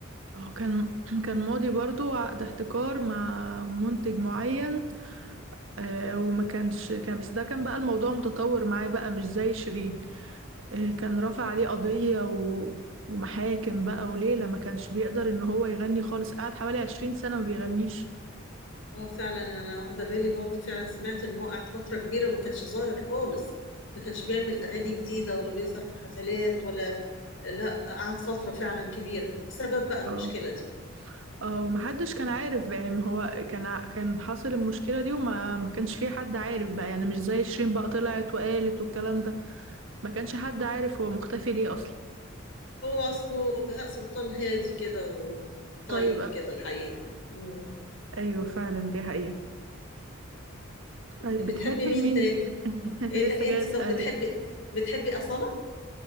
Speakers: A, on the right (about 70°); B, on the left (about 65°).
A: اه كان <clears throat> كان ماضي برضو عقد احتكار مع منتج معين آه، وما كانش كان بس ده كان بقى الموضوع متطور معاه بقى مش زي شيرين آه، كان رافع عليه قضية و ومحاكم بقى وليلة ما كانش بيقدر ان هو يغني خالص قعد حوالي 20 سنة ما بيغنيش
B: اه فعلا انا واخدة بالي برضو فعلا سمعت ان هو قعد فترة كبيرة وما كانش ظاهر خالص ما كانش بيعمل اغاني جديدة ولا بيظهر في حفلات ولا لا قعد فترة فعلا كبيرة بسبب بقى المشكلة
A: اه
B: دي
A: ومحدش كان عارف بقى، يعني ما هو كان ع- كان حاصل المشكلة دي وما ما كانش في حد عارف بقى يعني مش زي شيرين بقى طلعت وقالت والكلام ده ما كانش حد عارف هو مختفي ليه أصلا
B: هو أصله بهاء سلطان هادي كده وطيب
A: طيب آه،
B: كده الحقيقة مم.
A: أيوة فعلا دي حقيقة طيب
B: بتحبي
A: بتحبي
B: مين
A: مين
B: تاني؟
A: <laughs>
B: إيه
A: لسه
B: لا
A: جاي
B: أنت
A: أسألك
B: طب بتحبي بتحبي أصالة؟